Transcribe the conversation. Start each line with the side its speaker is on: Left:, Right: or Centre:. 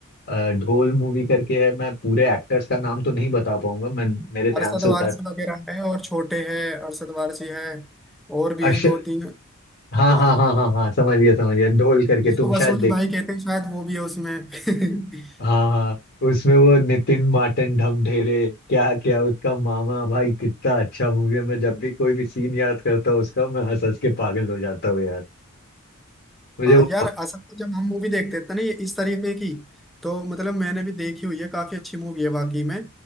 Left: अ, ढोल मूवी करके है मैं पूरे एक्टर्स का नाम तो नहीं बता पाऊंगा मैं मेरे ध्यान
Centre: अरशद
Left: से उतार
Centre: वारसी वगैरह है और छोटे है अरशद वारसी है और भी
Left: अर्श
Centre: हैं दो तीन
Left: हाँ
Centre: हाँ
Left: हाँ हाँ हाँ हाँ समझ गया समझ गया ढोल करके
Centre: जिसको
Left: तुम
Centre: वसूली
Left: शायद देख
Centre: भाई कहते हैं शायद वो भी है उसमें <laughs>
Left: हाँ हाँ उसमें वो नितिन माटन ढमढेरे क्या क्या उसका मामा भाई कितना अच्छा मूवी है मैं जब भी कोई भी सीन याद करता हूँ उसका मैं हंस हंस के पागल हो जाता हूँ यार मुझे
Centre: हाँ
Left: वो
Centre: यार असल में जब हम मूवी देखते थे ना ये इस तरीके की तो मतलब मैंने भी देखी हुई है काफी अच्छी मूवी है वाकई में